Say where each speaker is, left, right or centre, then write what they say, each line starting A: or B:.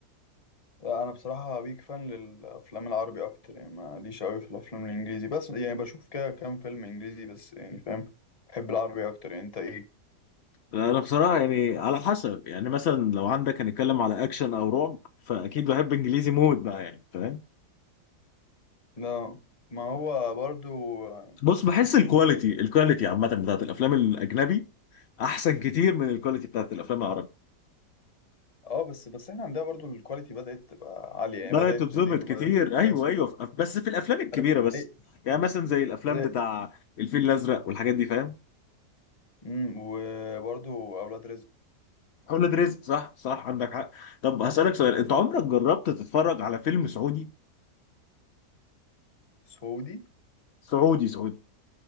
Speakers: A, on the left; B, on the left.
A: آه، انا بصراحه بيك فان للافلام العربي اكتر يعني ماليش قوي في الافلام الانجليزي بس يعني بشوف كده كام فيلم انجليزي بس يعني فاهم بحب العربي اكتر يعني انت ايه
B: لا، انا بصراحه يعني على حسب يعني مثلا لو عندك هنتكلم على اكشن او رعب فاكيد بحب انجليزي مود بقى يعني فاهم
A: لا ما هو برضو اه
B: بص بحس الكواليتي الكواليتي عامه بتاعت الافلام الاجنبي احسن كتير من الكواليتي بتاعت الافلام العربي
A: آه، بس بس احنا عندنا برضو الكواليتي بدأت تبقى عالية
B: ده
A: يعني بدأت
B: تتظبط
A: تزيد وبدأت
B: كتير
A: تبقى
B: ايوه
A: كويسة
B: ايوه ف- بس في الافلام الكبيره
A: عارف ازاي
B: بس يعني مثلا زي الافلام
A: زي
B: بتاع الفيل الازرق والحاجات دي فاهم
A: امم وبرضو اولاد رزق
B: اولاد رزق صح صح عندك حق طب هسألك سؤال انت عمرك جربت تتفرج على فيلم سعودي
A: سعودي
B: سعودي سعودي